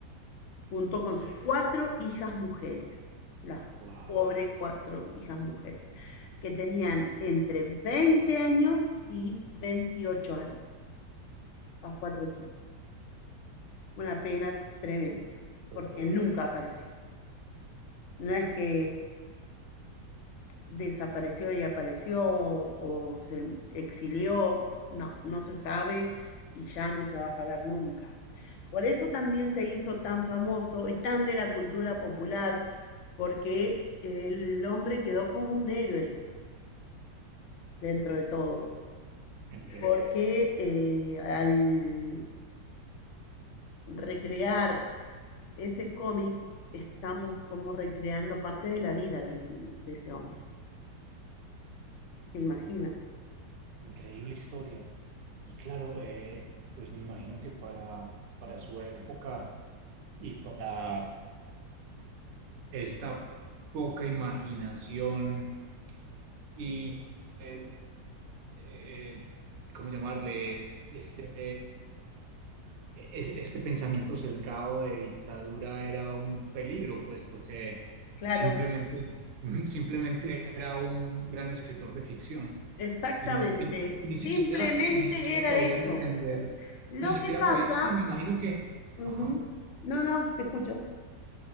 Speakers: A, on the left (about 55°); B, on the right (about 70°).
A: junto con sus cuatro hijas mujeres, las
B: Wow,
A: pobres cuatro hijas mujeres, que tenían entre 20 años y 28 años, las cuatro chicas. Una pena tremenda,
B: total,
A: porque nunca apareció. No es que desapareció y apareció o se exilió, no, no se sabe y ya no se va a saber nunca. Por eso también se hizo tan famoso y tan de la cultura popular, porque el hombre quedó como un héroe dentro de todo,
B: entiendo.
A: porque eh, al recrear ese cómic estamos como recreando parte de la vida del- de ese hombre. ¿Te imaginas?
B: Increíble historia. Y claro, eh, pues me imagino que para, para su época y para esta poca imaginación y, eh, eh, ¿cómo llamarle? Este, es- este pensamiento sesgado de dictadura era un peligro, puesto que
A: Claro,
B: simplemente, <laughs> simplemente era un gran escritor de ficción.
A: Exactamente.
B: Y no, y ni ni
A: Simplemente
B: siquiera, ni siquiera
A: era
B: podían
A: eso.
B: entender,
A: Lo
B: ni siquiera
A: que pasa,
B: podían, sí, me imagino que,
A: ujú,
B: ajá,
A: no, no, te escucho.